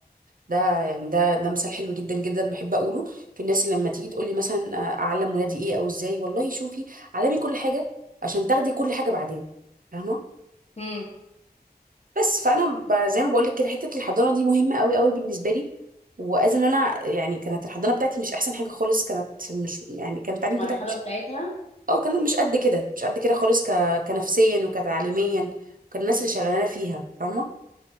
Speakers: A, on the right; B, on the left.
A: ده يعني ده ده مثال حلو جدا جدا بحب اقوله في الناس اللي لما تيجي تقول لي مثلا آه، اعلم ولادي ايه او ازاي والله شوفي علمي كل حاجة عشان تاخدي كل حاجة بعدين فاهمة
B: امم
A: بس فانا ب- زي ما بقول لك كده حتة الحضانة دي مهمة قوي قوي بالنسبة لي واذ ان انا يعني كانت الحضانة بتاعتي مش احسن حاجة خالص كانت مش يعني كان التعليم
B: المرحلة
A: بتاعي مش
B: بتاعتها
A: اه كانت مش قد كده مش قد كده خالص ك... كنفسيا وكتعليميا كان الناس اللي شغالانة فيها فاهمة